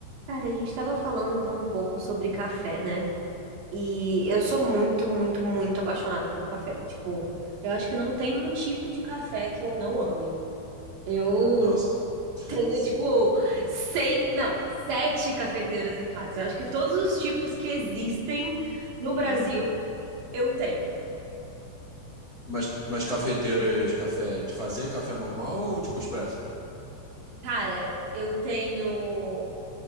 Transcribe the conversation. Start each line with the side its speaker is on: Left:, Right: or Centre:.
Right: Cara, a gente estava falando então um pouco sobre café, né? E eu sou muito, muito, muito apaixonada por café. Tipo, eu acho que não tem um tipo de café que eu não ame. Eu
Left: Nossa,
Right: <laughs>
Left: <laughs>
Right: tenho,
Left: sim,
Right: tipo, seis, não, sete cafeteiras em casa. Eu acho que todos os tipos que existem no Brasil
Left: meu Deus.
Right: eu tenho.
Left: Mas, mas cafeteiras, café de fazer café normal ou tipo expresso?
Right: Cara, eu tenho,